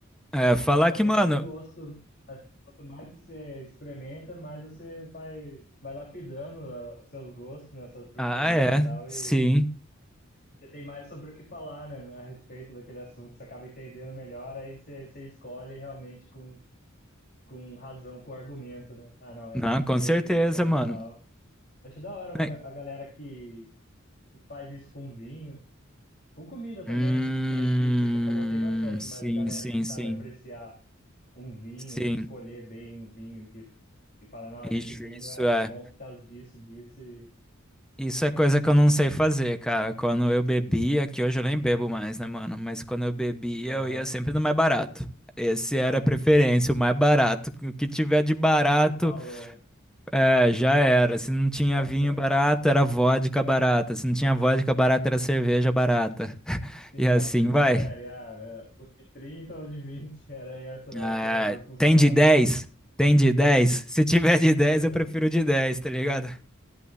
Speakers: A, in the centre; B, on the left.
A: É, falar
B: Pra, pra
A: que,
B: pegar
A: mano.
B: um gosto, assim, quanto mais você experimenta, mais você vai, vai lapidando ah, os seus gostos, né, suas preferências
A: Ah, é.
B: e tal,
A: Sim.
B: e, e você tem mais sobre o que falar, né, a respeito daquele assunto, você acaba entendendo melhor, aí você, você escolhe realmente com, com razão, com argumento, né? Ah, não, esse
A: Não,
B: aqui
A: com certeza,
B: é interessante
A: mano.
B: e tal. Acho da hora uma,
A: Ai,
B: ga- a galera que, que faz isso com vinho, com comida também,
A: Hum,
B: que nem pizza você falou, tem bastante,
A: sim,
B: mas galera
A: sim,
B: que sabe
A: sim.
B: apreciar um vinho
A: Sim.
B: e escolher bem um vinho e, e falar, não, esse
A: Ixi,
B: vinho
A: isso
B: é,
A: é.
B: é bom por causa disso, disso e.
A: Isso é coisa que eu não sei fazer, cara. Quando eu bebia, que hoje eu nem bebo mais, né, mano? Mas quando eu bebia,
B: Aham.
A: eu ia sempre no mais barato. Esse
B: É,
A: era a preferência, o mais barato. O que tiver de barato
B: o valor.
A: É, já era. Se não tinha
B: Qual,
A: vinho barato, era vodka barata. Se não tinha vodka barata, era cerveja barata. <laughs>
B: sim,
A: E
B: qual
A: assim
B: que você prefere?
A: vai.
B: Ah, é, o de 30 ou o de vinte <laughs> Era essa, né?
A: Ah,
B: O cérebro funcionava.
A: tem de dez Tem de dez
B: É, o de,
A: Se tiver de
B: de dez
A: dez
B: é,
A: eu prefiro de dez tá ligado?